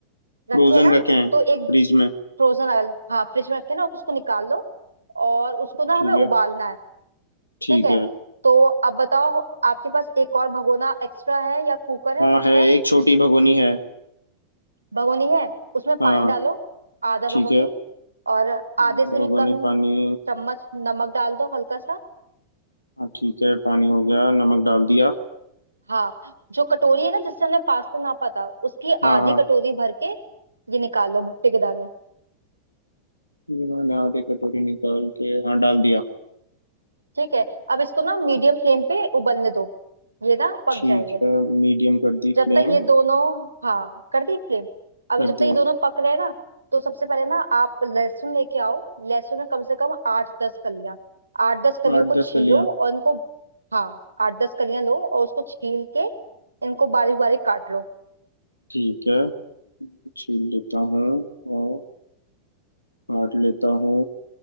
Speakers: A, on the left; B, on the right.
A: फ्रोजन
B: रखे हैं ना
A: रखे हैं फ्रीज
B: तो एक
A: में
B: फ्रोजन वाले हाँ फ्रिज में रखे हैं ना उसको निकाल लो और उसको ना
A: ठीक
B: हमें उबालना
A: है
B: है
A: ठीक
B: ठीक है
A: है
B: तो अब बताओ आपके पास एक और भगोना एक्स्ट्रा है या कुकर है
A: हाँ
B: कुछ
A: है
B: है
A: एक छोटी भगोनी है
B: भगोनी है उसमें
A: हाँ
B: पानी डालो आधा
A: ठीक
B: भगोनी
A: है
B: और आधे
A: हाँ, दो
B: से भी
A: भगोनी
B: कम
A: पानी
B: चम्मच नमक डाल दो हल्का सा
A: हाँ ठीक है पानी हो गया नमक डाल दिया
B: हाँ जो कटोरी है ना जिससे हमने पास्ता नापा था उसकी
A: हाँ
B: आधी
A: हाँ
B: कटोरी भर के ये निकाल लो भुट्टे के दाने
A: ये मैंने आधे कटोरी निकाल के हाँ डाल दिया
B: ठीक है अब इसको ना मीडियम फ्लेम पे उबलने दो ये ना पक
A: ठीक
B: जाएंगे
A: है मीडियम कर दी
B: जब
A: फ्लेम
B: तक ये दोनों हाँ कर दी फ्लेम अभी
A: कर
B: जब तक
A: दिया
B: ये दोनों पक रहे हैं ना तो सबसे पहले ना आप लहसुन लेके आओ लहसुन में कम से कम आठ दस कलियां आठ दस कलियों
A: आठ
B: को
A: दस
B: छीलो
A: कलियां
B: और इनको हाँ आठ दस कलियां लो और उसको छील के इनको बारीक बारीक काट लो
A: ठीक है छील लेता हूँ और काट लेता हूँ